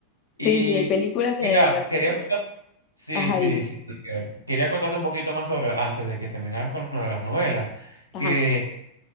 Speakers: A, on the right (about 90°); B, on the left (about 35°).
A: Y
B: Sí, sí, hay películas que
A: mira,
B: de verdad.
A: quería contar- sí,
B: Ajá,
A: sí,
B: dime.
A: sí, sí, quería contarte un poquito más sobre, antes de que terminaras con lo de las novelas
B: Ajá,
A: que